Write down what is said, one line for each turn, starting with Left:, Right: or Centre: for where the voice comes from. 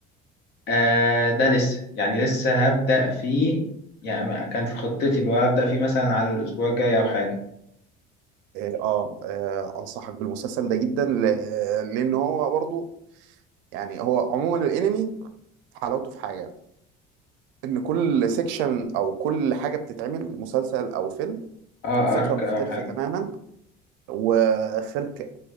Left: آه، ده لسه يعني لسه هبدأ فيه يعني ما- كان في خطتي اللي هو هبدأ فيه مثلا على الأسبوع الجاي أو حاجة
Right: اه آه، آه، انصحك بالمسلسل ده جدا ل- لان هو برضو يعني هو عموما الانمي حلاوته في حاجه ان كل سيكشن او كل حاجه بتتعمل مسلسل او فيلم
Left: اه
Right: فكره
Left: أرك
Right: مختلفه
Left: أو حاجة
Right: تماما وفرك